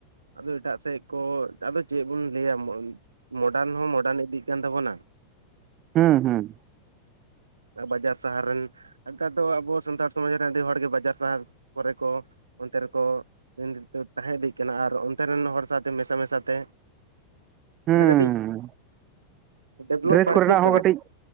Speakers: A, on the right; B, on the right.
A: ᱟᱫᱚ ᱮᱴᱟᱜ ᱥᱮᱫ ᱠᱚ ᱟᱫᱚ ᱪᱮᱫ ᱵᱚᱱ ᱞᱟᱹᱭᱟ ᱢᱚᱰᱟᱨᱱ ᱦᱚᱸ ᱢᱚᱰᱟᱨᱱ ᱤᱫᱤᱜ ᱠᱟᱱ ᱛᱟᱵᱚᱱᱟ᱾
B: ᱦᱩᱸ ᱦᱩᱸ
A: ᱵᱟᱡᱟᱨ ᱥᱟᱦᱟᱨ ᱨᱮᱱ ᱱᱮᱛᱟᱨ ᱫᱚ ᱟᱵᱚ ᱥᱟᱱᱛᱟᱲ ᱥᱚᱢᱟᱡᱽ ᱨᱮᱱ ᱟᱹᱰᱤ ᱦᱚᱲ ᱜᱮ ᱵᱟᱡᱟᱨ ᱥᱟᱦᱟᱨ ᱠᱚᱨᱮ ᱠᱚ ᱚᱱᱛᱮ ᱨᱮ ᱠᱚ ᱩᱱ ᱤᱫᱤᱱ ᱠᱚ ᱛᱟᱦᱮᱸ ᱤᱫᱤᱜ ᱠᱟᱱᱟ᱾ᱟᱨ ᱚᱱᱛᱮ ᱨᱮᱱ ᱦᱚᱲ ᱥᱟᱶᱛᱮ ᱢᱮᱥᱟ ᱢᱮᱥᱟ ᱛᱮ
B: ᱦᱩᱸ
A: ᱢᱟᱱᱮ ᱠᱟᱹᱴᱤᱡ ᱰᱮᱵᱷᱞᱚᱯ
B: ᱰᱨᱮᱥ
A: ᱵᱟᱹᱲᱛᱤᱜ
B: ᱠᱚᱨᱮ ᱱᱟᱜ ᱦᱚᱸ
A: ᱠᱟᱱᱟ
B: ᱠᱟᱹᱴᱤᱡ
A: ᱠᱚ